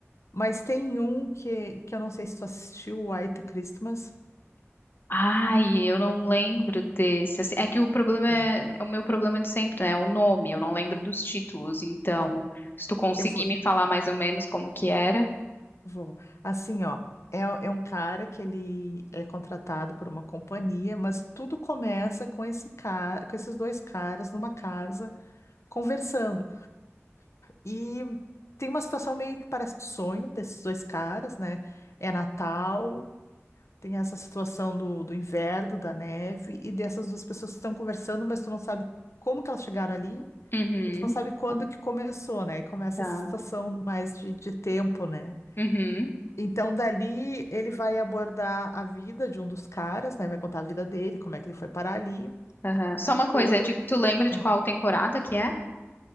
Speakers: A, on the left; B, on the left.
A: Mas tem um que, que eu não sei se tu assistiu, o White Christmas.
B: Ai, eu não
A: É.
B: lembro desse. assim, É que o problema
A: É,
B: é, é o meu problema de sempre, né? É O nome, eu não lembro
A: ah,
B: dos títulos. Então,
A: tá.
B: se tu conseguir
A: Eu vou,
B: me falar mais ou menos como que era.
A: vou. Assim, ó, é, é um cara que ele é contratado por uma companhia, mas tudo começa com esse cara, com esses dois caras numa casa conversando. E tem uma situação meio que parece de sonho desses dois caras, né? É Natal, tem essa situação do, do inverno, da neve, e dessas duas pessoas que estão conversando, mas tu não sabe como que elas chegaram ali,
B: Uhum,
A: e tu não sabe quando que começou, né? E começa
B: tá.
A: essa situação mais de, de tempo, né?
B: Uhum,
A: Então, dali, ele vai abordar a vida de um dos caras, né? Vai contar a vida dele, como é que ele foi parar ali.
B: aham. Só uma coisa,
A: O outro,
B: é de- tu lembra de qual
A: é.
B: temporada que é?